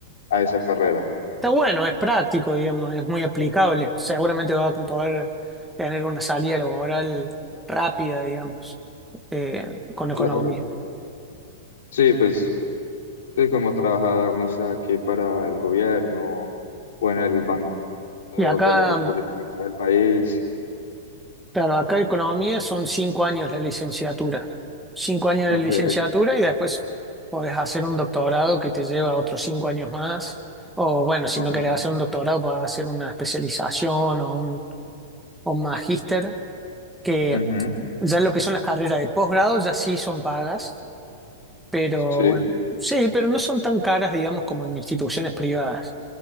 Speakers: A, on the left (about 65°); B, in the centre.
A: a esa carrera.
B: Está bueno, es práctico, digamos, es muy aplicable. Seguramente vas a poder tener una salida laboral rápida, digamos, eh, con economía.
A: Claro. Sí, pues sí, como trabajar, no sé, aquí para el gobierno o en el Banco
B: Y acá,
A: de la República acá del país.
B: claro, acá economía
A: Y así.
B: son cinco años la licenciatura. Cinco años de
A: Ok.
B: licenciatura y después podés hacer un doctorado que te lleva otros cinco años más. O bueno, si
A: Ajá.
B: no querés hacer un doctorado, podés hacer una especialización o un, o un magíster, que
A: Ujú.
B: ya lo que son las carreras de posgrado ya sí son pagas Pero
A: Sí,
B: bueno, sí, pero no son tan caras, digamos, como en instituciones privadas.